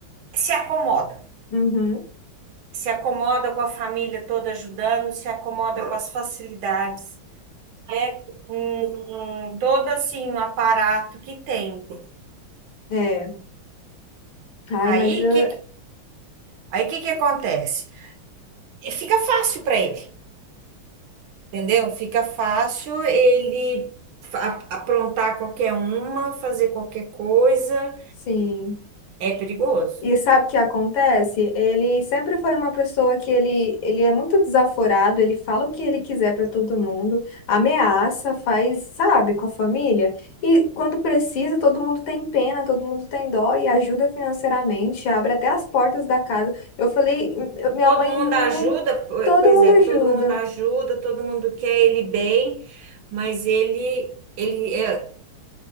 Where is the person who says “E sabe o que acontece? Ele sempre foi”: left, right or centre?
Left